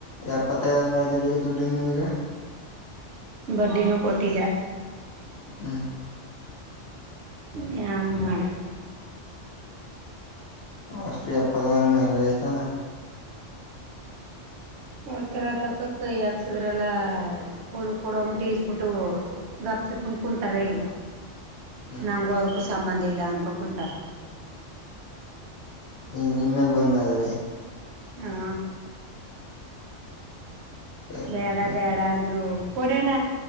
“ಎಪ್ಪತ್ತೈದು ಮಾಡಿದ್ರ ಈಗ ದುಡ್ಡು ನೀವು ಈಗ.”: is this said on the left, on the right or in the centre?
Left